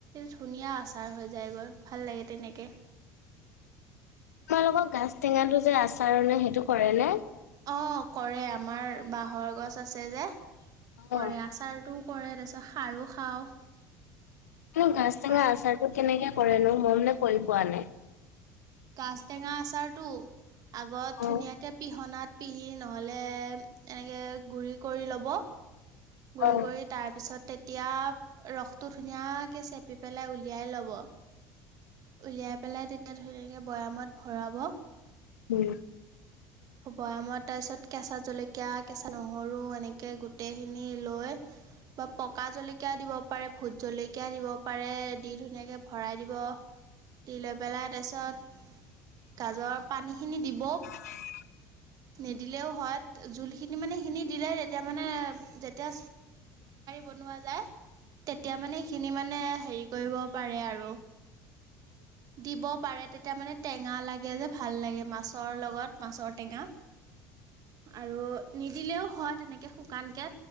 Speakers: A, on the right; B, on the left.
A: ধুনীয়া আচাৰ হৈ যায়গৈ ভাল লাগে তেনেকৈ
B: তোমালোকৰ গাজ টেঙাটো যে আচাৰ নে সেইটো কৰে নে
A: অ কৰে আমাৰ বাঁহৰ গছ আছে যে
B: অ',
A: কৰে আচাৰটোও কৰে তাৰপিছত খাৰো খাওঁ
B: গাছ
A: খাৰ
B: টেঙা আচাৰটো কেনেকে কৰেনো ম ই মানে কৰি পোৱা নাই
A: গাছটেঙা আচাৰটো আগত
B: অ',
A: ধুনীয়াকে পিহনাত পিহি নহ'লে এনেকৈ গুৰি কৰি লব গুৰি
B: অ',
A: কৰি তাৰপিছত তেতিয়া ৰসটো ধুনীয়াকে চেপি পেলাই উলিয়াই ল'ব উলিয়াই পেলাই তেতিয়া ধুনীয়াকৈ বৈয়ামত ভৰাব
B: উম
A: বয়ামত তাৰ পিছত কেঁচা জলকীয়া কেঁচা নহৰু এনেকে গোটেইখিনি লৈ পকা জলকীয়া দিব পাৰি পাৰে ভোট জলকীয়া দিব পাৰে দি ধুনীয়াকে ভৰাই দিব দি লৈ পেলাই তাৰপিছত গাজৰ পানীখিনি দিব
B: উ
A: নিদিলেও হয় জোল খিনি মানে খিনি দিলে তেতিয়া মানে যেতিয়া বনোৱা যায় তেতিয়া মানে সেইখিনি মানে হেৰি কৰিব পাৰে আৰু দিব পাৰে তেতিয়া মানে টেঙা লাগে যে ভাল লাগে মাছৰ লগত মাছৰ টেঙা আৰু নিদিলেও হয় তেনেকে শুকানকে